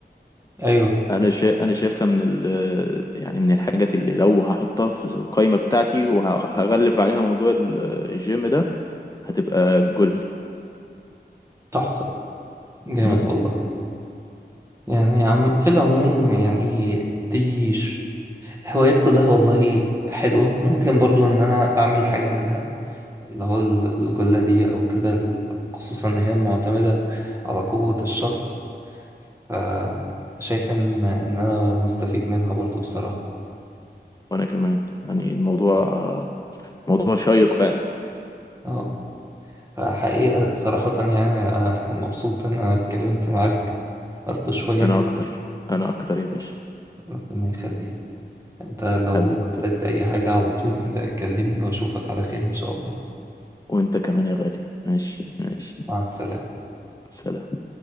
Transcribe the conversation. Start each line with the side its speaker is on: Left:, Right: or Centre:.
Right: ايوه
Left: انا شا... انا شايفها من ال... يعني من الحاجات اللي لو هحطها في القائمة بتاعتي وهغلب عليها موضوع ال- الجيم ده هتبقى الجلة
Right: تحفة جامد
Left: مم.
Right: والله يعني عم في العموم يعني دي ش- هوايات كلها والله حلوة ممكن برضو ان انا اعمل حاجة منها اللي هو ال- الجلة دي او كده ال- خصوصا ان هي معتمدة على قوة الشخص فشايف ان ان انا مستفيد منها برضو بصراحة
Left: وانا كمان يعني الموضوع آه، موضوع شيق فعلا
Right: اه حقيقة صراحة يعني آه، مبسوط إن أنا اتكلمت معاك برضه شوية
Left: انا
Right: كده
Left: اكتر انا اكتر يا باشا
Right: ربنا يخليك أنت لو
Left: حبيبي
Right: احتجت أي حاجة على طول كلمني وأشوفك على خير إن شاء الله
Left: وانت كمان يا غالي ماشي ماشي
Right: مع السلامة
Left: سلام